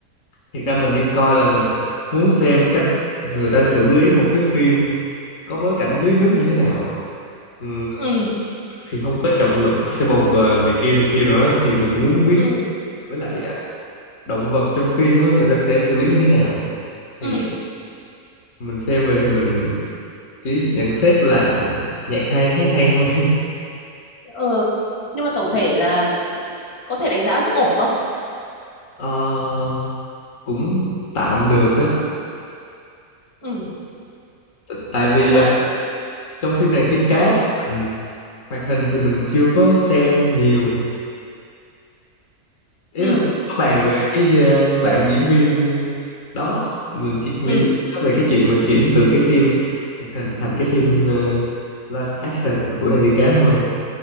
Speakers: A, on the left (about 55°); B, on the left (about 75°).
A: thiệt ra mình đi coi là mình muốn xem cách người ta xử lý một cái phim có bối cảnh dưới nước như thế nào ừ,
B: ừ
A: thì không có trọng lực nó sẽ bồng bềnh này kia này kia nữa thì mình muốn biết
B: ừ
A: với lại à, động vật trong phim á, người ta sẽ xử lý như thế nào thì
B: ừ
A: mình xem về thì mình chỉ nhận xét là nhạc hay hát hay thôi <laughs>
B: ờ, nhưng mà tổng thể là có thể đánh giá mức ổn không
A: Ờ, cũng tạm được á
B: ừ
A: T- tại vì
B: chung
A: à,
B: là
A: trong phim này tiên cá
B: ờ
A: mình hoạt hình thì mình chưa có xem nhiều ý
B: ừ
A: là có bàn về cái ờ, bạn diễn viên đó mình chỉ viên
B: ừ
A: nói về cái chuyện mà chuyển từ cái phim hoạt hình thành cái phim ờ, live action của nàng tiên cá thôi